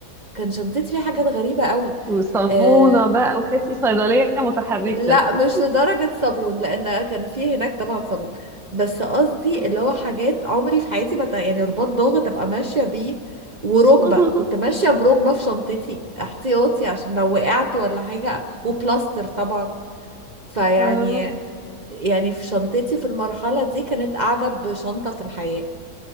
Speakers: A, on the right; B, in the centre.
A: كان شنطتي فيها حاجات غريبه قوي
B: وصابونه
A: آه،
B: بقى وتحسي صيدليه متحركه
A: لا
B: كده
A: مش لدرجة صابون لأن كان في هناك طبعا صابون بس قصدي
B: مم.
A: اللي هو حاجات عمري في حياتي ما ت- يعني رباط ضغط أبقى ماشية بيه وركبة
B: <laughs>
A: كنت ماشية بركبة في شنطتي احتياطي عشان لو وقعت ولا حاجة وبلاستر طبعا فيعني
B: اه
A: يعني في شنطتي في المرحلة دي كانت أعجب شنطة في الحياة